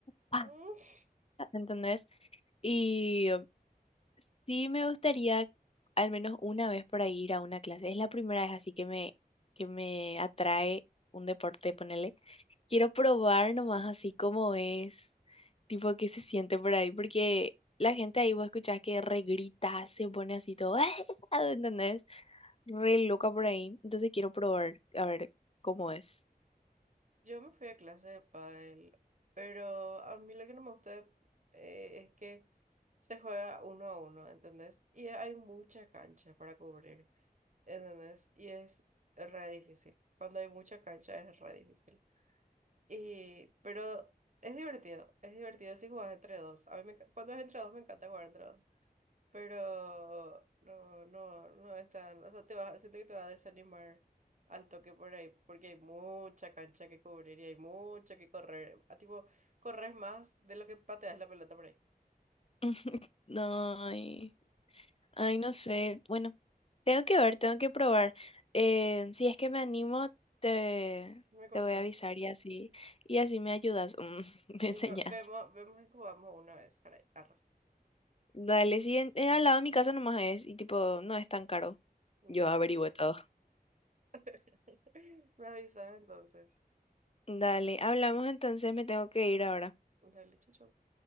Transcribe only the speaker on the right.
Mm,
Yo me fui a clase de pádel, pero a mí lo que no me gusta de- eh, es que se juega uno a uno, ¿entendés? Y hay mucha cancha para cubrir. ¿entendés? Y es re difícil. Cuando hay mucha cancha es re difícil. Y, pero es divertido, es divertido si jugás entre dos. A mí me enca- cuando es entre dos me encanta jugar entre dos. Pero no, no, no es tan, o sea, te va, siento que te va a desanimar al toque por ahí, porque hay mucha cancha que cubrir y hay mucha que correr. A tipo, corres más de lo que pateas la pelota por ahí.
Me
contás.
Y
va- vemos, vemos y jugamos una vez. Arre, arre.
Dale.
<laughs> Me avisas entonces.
Dale, chacho.